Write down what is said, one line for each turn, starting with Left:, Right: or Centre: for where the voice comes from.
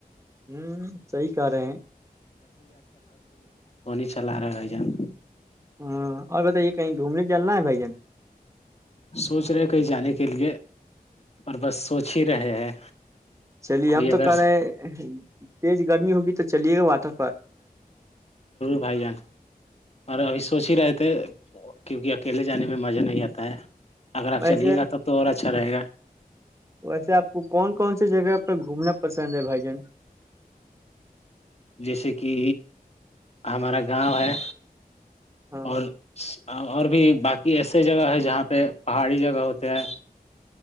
Right: ہوں صحی کہ رہے ہیں
Left: پانی چلا رہے ہے جان
Right: ہاں اور بتائیے کہیں گھومنے چلنا ہے بھائی جان
Left: سوچ رہے کہیں جانے کے لیے پر بس سوچ ہی رہے ہیں
Right: چلیے
Left: کوئی
Right: ہم
Left: اگر
Right: تو کر رہے ہیں تیز گرمی ہوگی تو چلیے گا واتر
Left: بھائی جان اور اس سوچ ہی رہے تھے کیونکہ اکیلے جانے میں مزہ نہیں آتا ہے اگر آپ
Right: ویسے
Left: چلیے گا تب تو اور اچھا رہے گا
Right: ویسے آپ کو کون کون سی جگہ پر گھومنا پسند ہے بھائی جان
Left: جیسے کہ ہمارا گاؤں ہے
Right: ہاں
Left: اور اور بھی باقی ایسے جگہ ہے جہاں پہ پہاڑی جگہ ہوتے ہیں